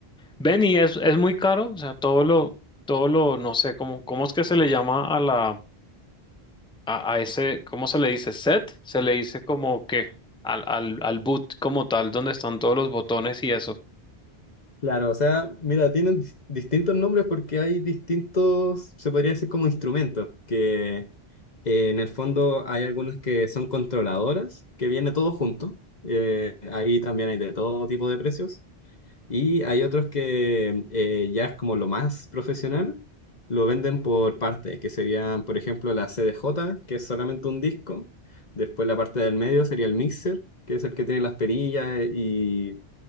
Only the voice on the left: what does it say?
Claro, o sea, mira, tienen dis- distintos nombres porque hay distintos, se podría decir como instrumentos, que eh, en el fondo hay algunas que son controladoras, que viene todo junto, eh, ahí también hay de todo tipo de precios, y hay otros que eh, ya es como lo más profesional, lo venden por partes, que serían, por ejemplo, la C D J que es solamente un disco, después la parte del medio sería el mixer, que es el que tiene las perillas eh, y